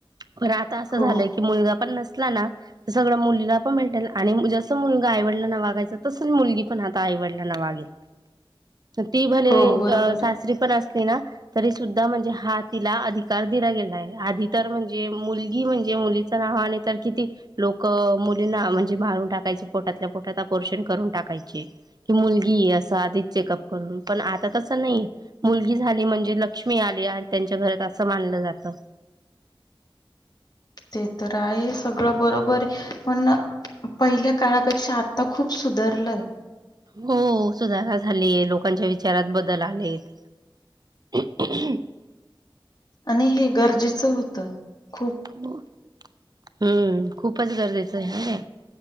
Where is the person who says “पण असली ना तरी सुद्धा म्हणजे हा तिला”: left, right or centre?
Right